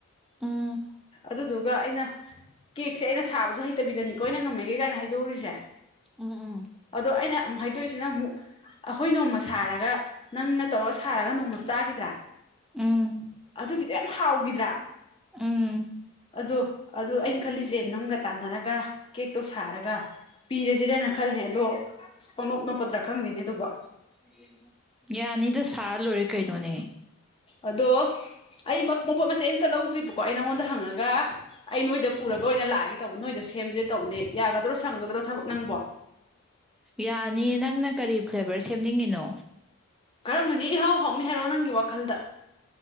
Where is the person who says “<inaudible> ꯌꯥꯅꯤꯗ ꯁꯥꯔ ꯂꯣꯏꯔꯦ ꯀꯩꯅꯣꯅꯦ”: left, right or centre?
Centre